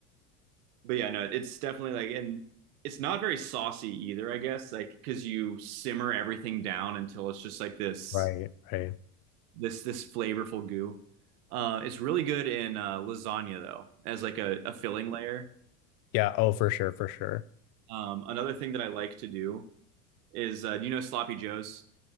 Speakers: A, on the right; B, on the left.
A: But yeah, no, it's definitely like, and it's not very saucy either, I guess, like because you simmer everything down until it's just like this
B: right, right.
A: this this flavorful goo. Uh, it's really good in uh, lasagna though, as like a, a filling layer.
B: Yeah, oh for sure, for sure.
A: Um, another thing that I like to do is, uh, do you know Sloppy Joes?